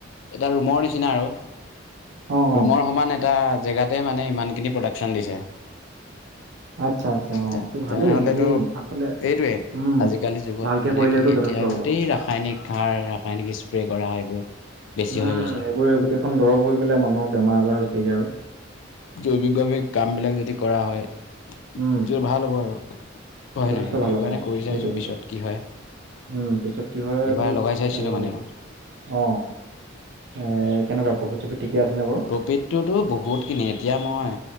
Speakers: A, on the left; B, on the right.
A: এটা ৰুমৰ নিচিনা আৰু
B: অ',
A: ৰুমৰ
B: অ',
A: সমান এটা জেগাত ত মানে ইমানখিনি প্ৰডাকশ্যন দিছে
B: আচ্ছা, আচ্ছা। অ',
A: তে
B: তো ভালেই
A: তেনেহলেতো
B: এইখিনি আচলতে
A: এইটোৱেই
B: উম,
A: আজিকালি যুগত
B: ভালকে
A: মানে
B: কৰিলেতো
A: কি এতিয়া
B: যথেষ্ট হ'ব।
A: গোটেই ৰাসায়নিক সাৰ ৰাসায়নিক স্প্ৰে কৰা এইবোৰ বেছি
B: উম
A: হৈ গৈছে
B: এইবোৰে গোটেইখন দৰৱ হৈ পেলাই মানুহৰ বেমাৰ আজাৰ হৈছেগে আৰু
A: জৈৱিকভৱিক কাম বিলাক যদি কৰা হয়
B: উম,
A: তে ভাল হ'ব আৰু হয়
B: যথেষ্ট
A: নাই এইটো
B: ভাল হ'ব
A: কাৰণে
B: অ
A: কৰি
B: সেইটয়ে
A: চাইছোঁ পিছত
B: সেইটোৱে
A: কি হয়
B: উম পিছত কি হয়
A: এইবাৰ
B: এইটো
A: লগাই চাইছিলোঁ
B: হব
A: মানে
B: বাৰু
A: মই
B: অ এ কেনেকুৱা <unintelligible> বাৰু?
A: কপিতটোতো বহুতখিনি এতিয়া মই